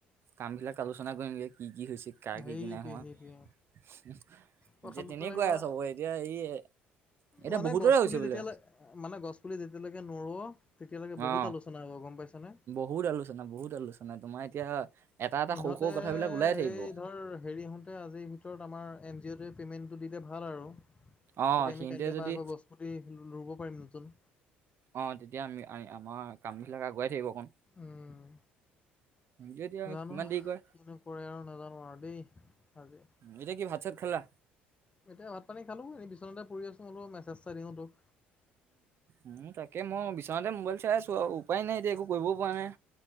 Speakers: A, on the right (about 50°); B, on the left (about 25°).
A: কামবিলাক আলোচনা কৰিম গে কি কি হৈছে। কাৰ
B: সেইটোৱে
A: কি কি নাই হোৱা।
B: সেইটোৱে
A: এতিয়া
B: কথাটো
A: তেনেকুৱাই
B: তেনেকুৱা
A: চবৰে, এতিয়া এই- এতিয়া
B: মানে
A: বহুতৰে
B: গছ
A: হৈছে
B: পুলি
A: বোলে
B: যেতিয়ালৈ মানে গছ পুলি যেতিয়ালৈকে নোৰোৱ, তেতিয়ালৈকে বহুত
A: অ
B: আলোচনা হ'ব গম পাইছ নে।
A: বহুত আলোচনা, বহুত আলোচনা। তোমাৰ এতিয়া এটা-এটা
B: ইহঁতে
A: সৰু কথাবিলাক ওলাই থাকিব।
B: এই ধৰ হেৰি ইহঁতে আজিৰ ভিতৰত আমাৰ এন জি অ'টোৱে পে'মেণ্টটো দিলে ভাল আৰু। তেতিয়া
A: অ সিহঁতে
B: আমি কাইলে
A: যদি
B: পৰা আকৌ গছ পুতি ৰুব পাৰিম নতুন।
A: অঁহ', - তেতিয়া আমি আমাৰ কাম বিলাক আগুৱাই থাকিব অকণ।
B: উমঁ।
A: সিহঁতে এতিয়া
B: জানো
A: কিমান দেৰি কৰে
B: কি নো কৰে আৰু নাজানো আৰু দেই আজি।
A: এতিয়া কি ভাত-চাত খালা?
B: এতিয়া ভাত-পানী খালো। এনেই বিচনাতে পৰি আছোঁ অলপ মেছেজ এটা দিওঁ তোক।
A: উমঁ, তাকে মই বিচনাতে মোবাইল চাই আছো আৰু উপায় নাই এতিয়া একো কৰিবও পৰা নাই।